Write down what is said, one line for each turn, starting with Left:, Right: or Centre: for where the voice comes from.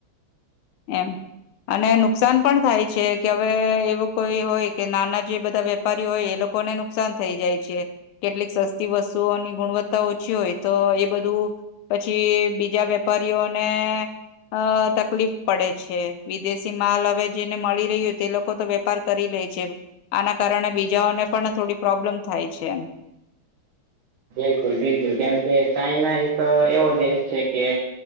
Left: એમ અને નુકસાન પણ થાય છે કે હવે એવું કોઈ હોય કે નાના જે બધા વ્ય વેપારી હોય એ લોકોને નુકસાન થઈ જાય છે કેટલીક સસ્તી વસ્તુઓની ગુણવત્ત તા ઓછી હોય તો એ બધું પછી બીજા વેપારીઓને અ તકલીફ પડે છે વિદેશી માલ હવે જેને મળી રહ્યો તે લોકો તો વેપાર કરી લેય છે આના કારણે બીજાઓને પણ થોડી પ્રોબ્લેમ થાય છે એમ
Right: બિલકુલ બિલકુલ જેમ કે ચાઈના એક એવો દેશ છે કે